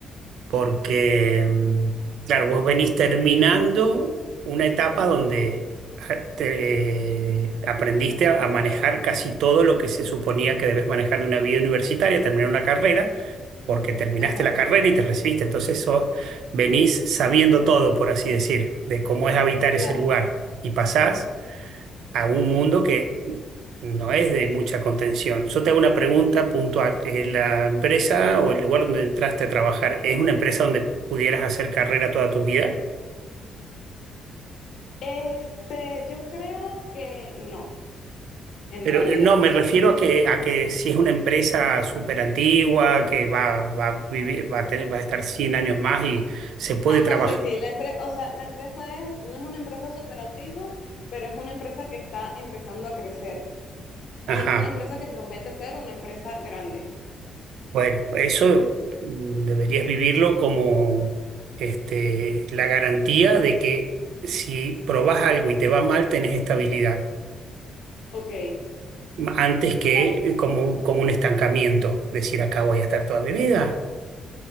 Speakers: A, on the right (about 75°); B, on the left (about 65°).
A: porque, mm, claro, vos venís terminando una etapa donde ja, te, eh, aprendiste a, a manejar casi todo lo que se suponía que debes manejar de una vida universitaria, terminar una carrera, porque terminaste
B: Exacto,
A: la carrera y te recibiste. Entonces sos- venís sabiendo todo, por así decir, de cómo es habitar
B: claro.
A: ese lugar. Y pasás a un mundo que no es de mucha contención. Yo te hago una pregunta puntual. Eh, ¿La empresa o el lugar donde entraste a trabajar es una empresa donde pudieras hacer carrera toda tu vida?
B: Este, yo creo que no. en
A: Pero
B: realidad.
A: eh, no, me refiero a que, a que si es una empresa súper antigua, que va, va a vivir, va a tener, va a estar cien años más y se puede
B: Ah,
A: trabajar.
B: no, sí, sí, la empresa, o sea, la empresa es, no es una empresa súper antigua, pero es una empresa que está empezando a crecer
A: Ajá.
B: y es una empresa que promete ser una empresa grande.
A: Bueno, eso mm, deberías vivirlo como este, la garantía de que si probás algo y te va mal, tenés estabilidad.
B: Ok,
A: antes que
B: claro,
A: eh, como, como un estancamiento, decir acá voy a estar toda mi vida,